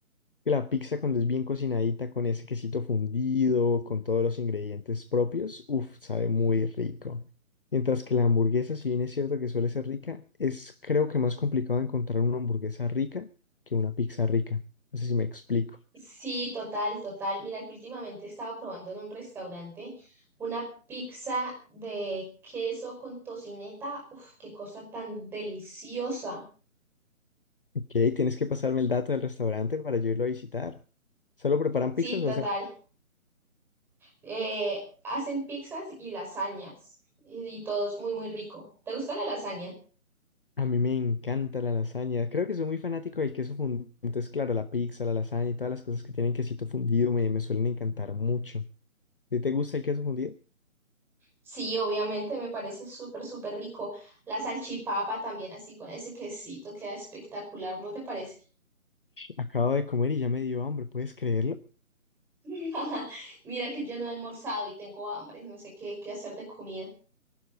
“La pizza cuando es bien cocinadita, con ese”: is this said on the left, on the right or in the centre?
Left